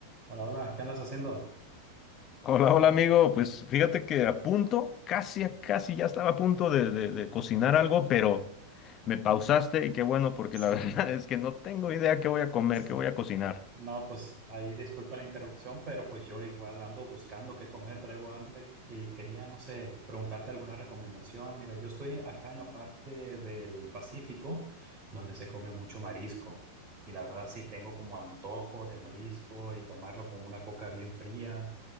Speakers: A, on the right; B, on the left.
A: Hola, hola, ¿qué andas haciendo?
B: Hola, hola amigo. Pues fíjate que a punto, casi, a casi ya estaba a punto de, de- de cocinar algo, pero me pausaste y qué bueno, porque
A: Sí,
B: la <laughs> verdad es que no tengo idea qué voy a comer,
A: sí.
B: qué voy a cocinar.
A: No, pues ahí disculpa la interrupción, pero pues yo igual ando buscando qué comer, traigo hambre y quería, no sé, preguntarte alguna recomendación. Mira, yo estoy acá en la parte del Pacífico, donde se come mucho marisco. Y la verdad sí tengo como antojo de marisco y tomarlo con una coca bien fría.